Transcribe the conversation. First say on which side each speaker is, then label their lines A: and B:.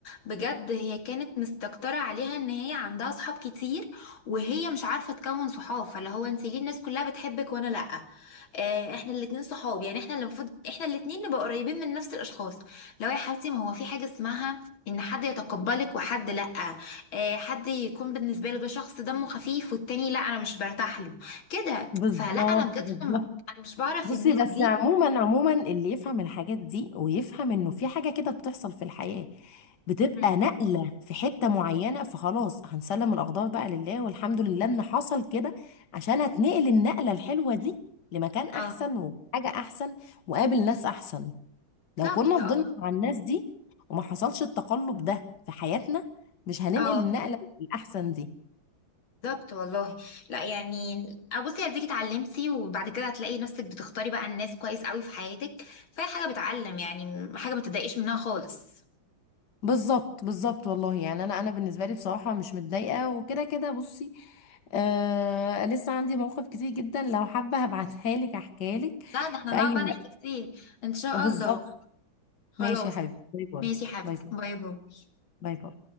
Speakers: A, on the left; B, on the left.
A: بجد هي كانت مستكتره عليها ان هي عندها صحاب كتير وهي مش عارفه تكون صحاب فاللي هو انت ليه الناس كلها بتحبك وانا لا آه، احنا الاتنين صحاب يعني احنا اللي المفروض احنا الاتنين نبقى قريبين من نفس الاشخاص لو يا حبيبتي ما هو في حاجه اسمها ان حد يتقبلك وحد لا آه، حد يكون بالنسبه له ده شخص دمه خفيف والتاني لا انا مش برتاح له كده
B: بالظبط
A: فلا انا بجد
B: بالظبط
A: ما- انا مش بعرف
B: بصي
A: الناس
B: بس
A: دي
B: عموما عموما اللي يفهم الحاجات دي ويفهم انه في حاجه كده بتحصل في الحياه بتبقى
A: مم.
B: نقله في حته معينه فخلاص هنسلم الاقدار بقى لله والحمد لله ان حصل كده عشان هتنقل النقله الحلوه دي لمكان احسن
A: اه
B: وحاجه احسن وقابل ناس احسن لو
A: بالظبط
B: كنا فضلنا
A: اه
B: مع الناس دي وما حصلش التقلب ده في حياتنا مش هننقل
A: اه
B: النقلة الأحسن دي
A: بالظبط والله لا يعني بصي اديكي اتعلمتي وبعد كده هتلاقي نفسك بتختاري بقى الناس كويس قوي في حياتك فهي حاجه بتعلم يعني حاجه ما تضايقيش منها خالص
B: بالظبط بالظبط والله يعني أنا أنا بالنسبة لي بصراحة مش متضايقة وكده كده بصي آه لسه عندي مواقف كتير جدا لو حابة هبعتها لك أحكيها لك
A: لا ده احنا
B: في
A: نقعد
B: أي
A: بقى نحكي
B: وقت
A: كتير ان شاء
B: بالظبط
A: الله خلاص
B: ماشي يا حبيبتي باي باي
A: ماشي يا حبيبتي
B: باي باي
A: باي باي
B: باي باي